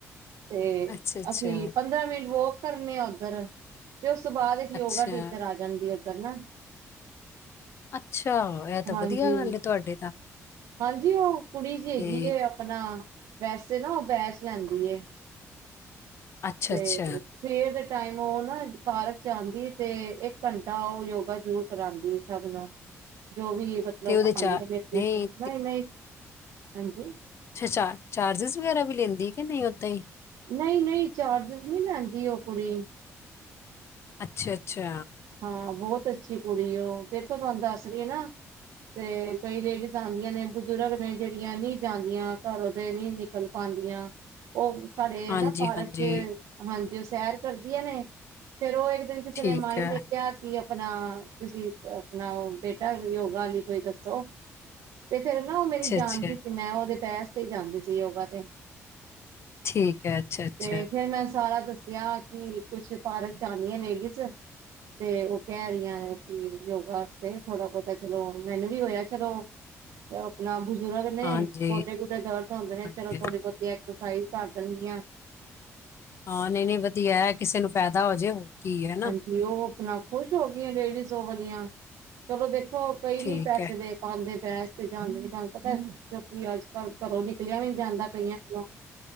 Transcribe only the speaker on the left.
ਅੱਛਾ ਅੱਛਾ
ਅੱਛਾ
ਅੱਛਾ ਇਹ ਤਾਂ
ਵਧੀਆ ਗੱਲ ਹੈ ਤੁਹਾਡੇ ਤਾਂ
ਤੇ
ਅੱਛਾ
ਅੱਛਾ
ਤੇ ਉਹਦੇ
ਚਾਰ
ਨਹੀਂ
ਅੱਛਾ-ਅੱਛਾ। ਚਾਰਜਿਸ ਵਗੈਰਾ ਵੀ ਲੇਂਦੀ ਏ ਕੇ ਨਈ ਓਦਾਂ ਈ।
ਅੱਛਾ-ਅੱਛਾ।
ਹਾਂਜੀ
ਹਾਂਜੀ
ਠੀਕ
ਹੈ
ਅੱਛਾ
ਅੱਛਾ
ਠੀਕ ਹੈ, ਅੱਛਾ-ਅੱਛਾ।
ਹਾਂਜੀ,
ਹਾਂਜੀ।
ਹਾਂ, ਨਈ-ਨਈ ਵਧੀਆ ਐ, ਕਿਸੇ ਨੂੰ ਫੈਦਾ ਹੋ ਜੇ ਹੋਰ ਕੀ, ਹੈਨਾ।
ਠੀਕ
ਐ।